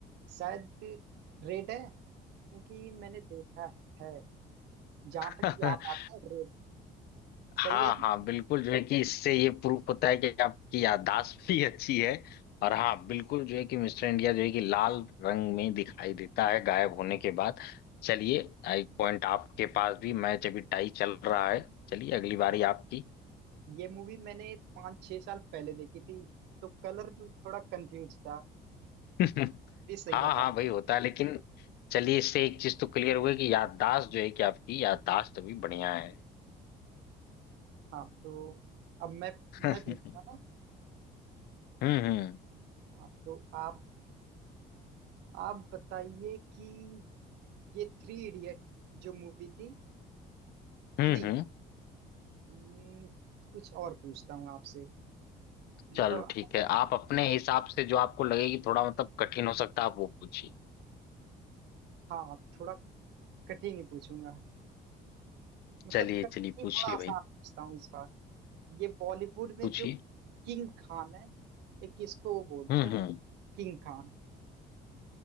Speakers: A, on the right (about 85°); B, on the left (about 70°).
A: शायद रेड है क्योंकि मैंने देखा है जहां तक
B: <laughs>
A: याद आता है रेड
B: हाँ
A: सही है ना
B: हाँ बिल्कुल जो है कि इससे ये प्रूफ होता है कि आपकी याददाश्त भी अच्छी है और हाँ बिल्कुल जो है कि मिस्टर इंडिया जो है कि लाल रंग में दिखाई देता है गायब होने के बाद चलिए एक पॉइंट आपके पास भी मैच अभी टाई चल रहा है चलिए अगली बारी आपकी
A: ये मूवी मैंने पाँच छह साल पहले देखी थी तो कलर थोड़ा कंफ्यूज था
B: <laughs>
A: ये सही
B: हाँ
A: बता
B: हाँ भाई होता है लेकिन चलिए इससे एक चीज तो क्लियर हुई कि याददाश्त जो है कि आपकी याददाश्त अभी बढ़िया है
A: हाँ तो अब मैं
B: <laughs> हम्म
A: मैं पूछता हूँ
B: हम्म
A: ना हाँ, तो आप आप बताइए कि ये थ्री इडियट जो मूवी थी
B: हम्म
A: नहीं
B: हम्म
A: हम्म, कुछ और पूछता हूँ आपसे मतलब
B: चलो ठीक है आप अपने हिसाब से जो आपको लगे कि थोड़ा मतलब कठिन हो सकता है आप वो पूछिए
A: हाँ थोड़ा कठिन ही पूछूंगा मतलब
B: चलिए
A: कठिन
B: चलिए
A: ही
B: पूछिए
A: थोड़ा आसान
B: भाई
A: पूछता हूँ इस बार ये बॉलीवुड में
B: पूछिए
A: जो किंग खान है एक किसको वो बोलते
B: हम्म
A: हैं
B: हम्म
A: किंग खान